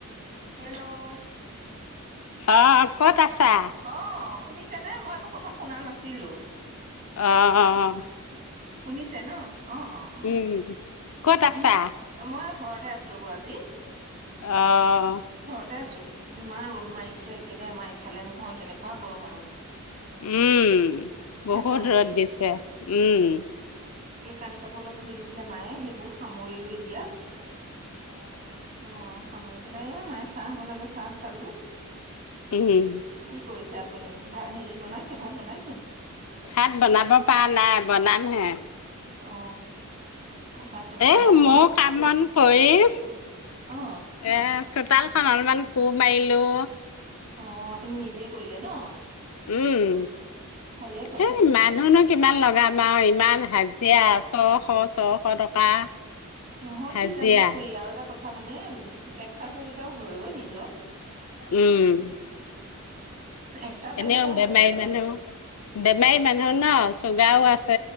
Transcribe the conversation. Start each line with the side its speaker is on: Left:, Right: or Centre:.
Right: Hello
Left: অ' ক'ত আছা?
Right: অ শুনিছে নে মই আকৌ প্ৰথম শুনা নাছিলোঁ।
Left: অহহ্।
Right: শুনিছে ন অ' অ' অ'
Left: উম ক'ত আছা
Right: মই মই আ ঘৰতে আছোঁ ৰ'ব আজি।
Left: অ
Right: তাতে আছোঁ ইমান ৰ'দ মাৰিছে একেবাৰে আমাৰ ইফালে নহয় কেনেকুৱা গৰম আৰু।
Left: উম বহুত
Right: গৰম আজি
Left: ৰ'দ দিছে উম।
Right: এই কানি কাপোৰ অলপ ধুই দিছিলে মায়ে সেইবোৰ সামৰিলোঁ এতিয়া। অ সাময়িক পেলাই এ মায় চাহ বনালে চাহ খালোঁ।
Left: উম
Right: কি কৰিছে আপুনি ভা হেৰি বনাইছে ভাত বনাইছে?
Left: ভাত বনাব পা নাই বনামহে।
Right: অ অ ভাত বনোৱাই
Left: এ,
Right: নাই অকণ
Left: মোও কাম কৰি এ
Right: অ
Left: চোতাল খন অলমান কো মাৰিলোঁ।
Right: অ' আপুনি নিজে কৰিলে ন?
Left: উম-
Right: ভালে কৰে
Left: সেই মানুহনক কিমান লগাম আৰু ইমান হাজিৰা ছশ ছশ টকা'-
Right: নহয়
Left: হাজিৰা
Right: কি জানে খুৰী আৰু এটা কথা। কথা মানে এক্সচাইজ এটাও হয়ও নিজৰ।
Left: উম।
Right: এক্সাৰচাইজ
Left: এনেও
Right: এটাও
Left: বেমাৰী
Right: হয় নিজৰ
Left: মানুহ বেমাৰী মানুহ ন। গাঁও আছে।